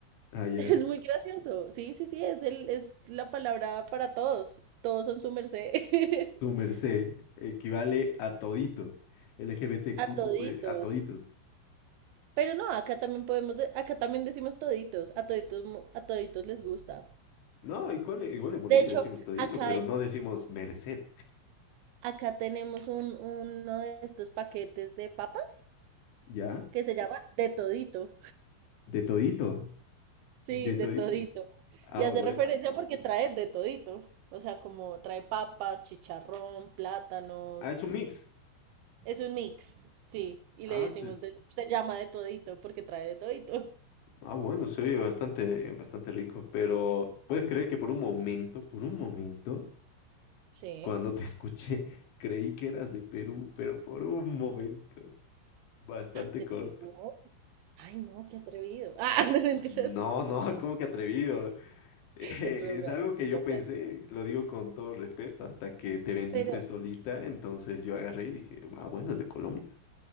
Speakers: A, on the left; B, on the right.
A: Ah,
B: <laughs>
A: ya.
B: es muy gracioso, sí, sí, sí, es, el, es la palabra para todos, todos son su merced, <laughs>
A: Su merced equivale a toditos, LGBTQ,
B: a toditos.
A: eh, a toditos.
B: Pero no, acá también podemos, de- acá también decimos toditos, a toditos, mo- a toditos les gusta.
A: No, igual, igual en Bolivia
B: De hecho,
A: decimos todito,
B: acá,
A: pero
B: hay-
A: no decimos merced,
B: acá tenemos un, uno de estos paquetes de papas
A: ¿ya?
B: que se llama de todito.
A: De todito,
B: Sí,
A: de
B: de
A: todito.
B: todito.
A: Ah,
B: Y hace
A: bueno.
B: referencia porque trae de todito. O sea, como trae papas, chicharrón, plátanos.
A: Ah, es un mix.
B: Es un mix, sí. Y
A: Ah,
B: le decimos,
A: se-
B: de- se llama de todito porque trae de todito.
A: ah, bueno, se oye bastante, bastante rico, pero puedes creer que por un momento, por un momento,
B: Sí.
A: cuando te escuché, <laughs> creí que eras de Perú, pero por un momento, bastante
B: ¿Te
A: corto.
B: pegó? Ay, no, qué atrevido. Ah, <laughs> no mentiras.
A: No, no, <laughs> ¿cómo que atrevido? <laughs> Es
B: Es bromeando,
A: algo que yo
B: bromeando.
A: pensé, lo digo con todo respeto, hasta que te vendiste
B: Pero,
A: solita, entonces yo agarré y dije, ah, bueno, es de Colombia.